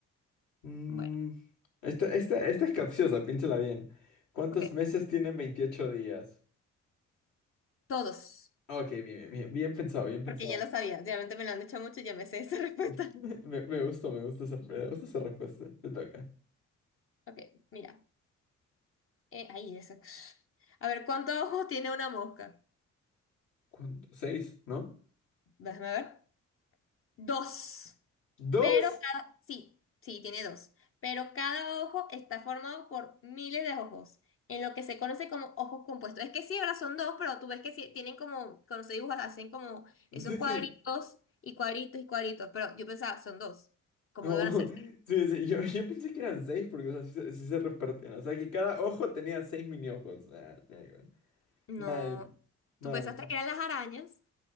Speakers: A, on the left; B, on the left.
A: Mm,
B: bueno,
A: esta, esta, esta es capciosa, piénsala bien. ¿Cuántos
B: ok.
A: meses tienen 28 días?
B: Todos,
A: Ok, bien, bien, bien, bien pensado, bien pensado.
B: porque ya lo sabía, realmente me lo han dicho mucho y ya me sé esa <laughs> respuesta.
A: <laughs> Me, me gustó, me gusta esa, me gusta esa respuesta. Te toca.
B: Ok, mira, eh, ahí eso. A ver, ¿cuántos ojos tiene una mosca?
A: ¿Cuánto? Seis, ¿no?
B: Déjame ver. Dos.
A: ¿Dos?
B: Pero cada, sí, sí, tiene dos. Pero cada ojo está formado por miles de ojos, en lo que se conoce como ojos compuestos. Es que sí, ahora son dos, pero tú ves que sí, tienen como, cuando se dibujan, hacen como esos
A: Sí,
B: cuadritos
A: sí.
B: y cuadritos y cuadritos. Pero yo pensaba, son dos. ¿Cómo
A: Oh,
B: iban a ser? seis?
A: <laughs> sí, sí. Yo, yo pensé que eran seis porque, o sea, sí, se sí se repartían. O sea, que cada ojo tenía seis mini ojos. Ah, da igual.
B: No.
A: Mal, mal.
B: ¿Tú pensaste que eran las arañas?